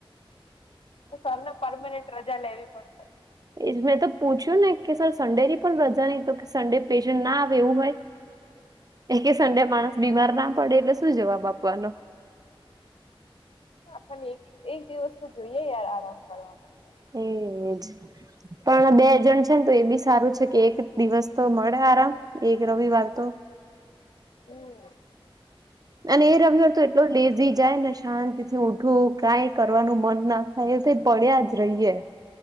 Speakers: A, on the left; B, on the right.
A: તો સરને પર્મનેન્ટ રજા લેવી પડેશે.
B: એ જ મેં તો પૂછ્યું નય કે સર સન્ડે ની પણ રજા નહીં તો કે સન્ડે પેશન્ટ ના આવે એવું હોય, એ કે સન્ડે માણસ બીમાર ના પડે? એટલે શું જવાબ આપવાનો?
A: આપણે એક-એક દિવસ તો જોઈએ યાર આરામ કરવા માટે.
B: <unintelligible> એજ.. પણ બે જણ છે ને તો એ બી સારું છે કે, એક દિવસ તો મળે આરામ. એક રવિવાર તો,
A: હ. અ.
B: અને એ રવિવાર તો, એટલો લેઝી. જાય ને શાંતિ થી ઉઠું કાઈ કરવાનું મન ના થાય એવી રીતે પડ્યા જ રહીએ.